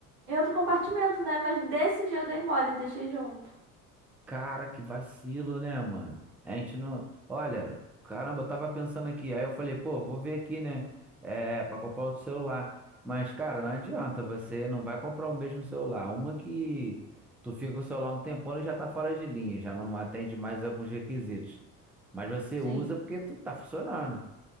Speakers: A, on the right; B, in the centre.
A: em outro compartimento, né? Mas desse dia eu dei mole, deixei junto.
B: Cara, que vacilo, né, mano? A gente não. Olha, caramba, eu tava pensando aqui. Aí eu falei, pô, vou ver aqui, né? É, pra comprar outro celular. Mas, cara, não adianta, você não vai comprar o mesmo celular. Uma que tu fica com o celular um tempão e já tá fora de linha, já não atende mais alguns requisitos. Mas você
A: Sim.
B: usa porque tu tá funcionando.